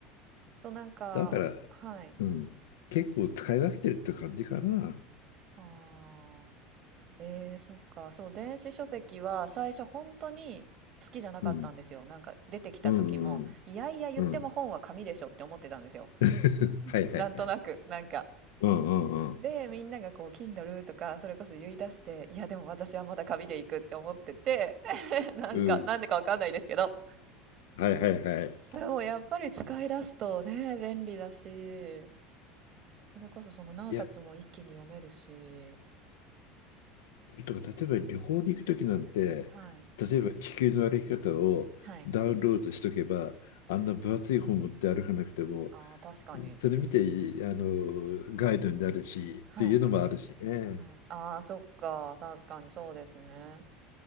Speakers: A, on the right; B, on the left.
A: そう、なんか、
B: だから、
A: はい。
B: うん、結構使い分けてるって感じかな、
A: ああ。ええそっか。そう、電子書籍は最初本当に好きじゃなかったんですよ。
B: うん、
A: なんか出てきた時も、
B: うんうん
A: いやいや言っても本は紙でしょって思ってたんですよ。
B: うんうん <laughs> はいはいはい
A: なんとなく、なんか。
B: うんうんうん
A: で、みんながこう、Kindle とか、それこそ言い出して、いや、でも私はまだ紙で行くって思ってて、<laughs> なんか、
B: うん
A: なんでかわかんないですけど。
B: はいはいはい
A: でもやっぱり使い出すとね、便利だし、それこそその何冊も一気に読めるし、
B: いやそれとか、例えば旅行に行くときなんて、
A: はい。
B: 例えば地球の歩き方をダウンロードしとけば、
A: はい。うん。
B: あんな分厚い本持って歩かなくても、
A: ああ、確かに。
B: それ見てあのガイドになるしっていうのもあるしね。
A: はい。はい。ああ、そっか。確かにそうですね。